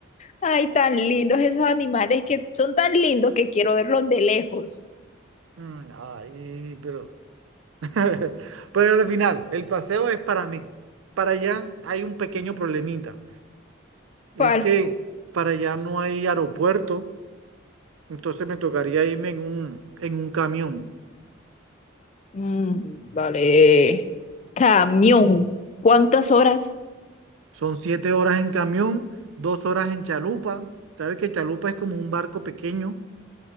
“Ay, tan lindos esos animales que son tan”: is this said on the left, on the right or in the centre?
Left